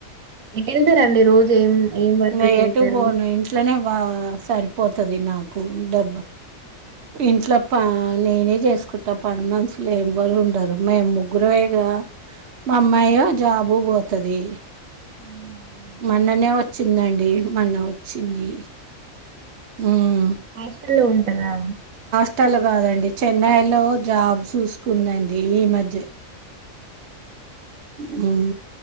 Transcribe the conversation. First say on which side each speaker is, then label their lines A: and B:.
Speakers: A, on the right; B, on the right.
A: ఇకెళ్తారండి రోజు ఏం ఏం వర్క్
B: ఇంకా
A: కెళ్తారు
B: ఎటు బోను ఇంట్లోనే బా సరిపోతుది నాకు నాకు డబ్బ ఇంట్లో పా నేనే చేసుకుంటా పని మనుసులు ఎవరు ఉండరు, మేము ముగ్గురమేగా, మా అమ్మాయ జాబు పోతది
A: అవునా అండి
B: మన్ననే వచ్చిందండి మొన్న వచ్చింది ఉమ్
A: హాస్టల్లో ఉంటారా
B: ట్టలు కాదండి చెన్నై లో జాబ్ చూసుకుందండి ఈ మధ్య హ్మ్మ్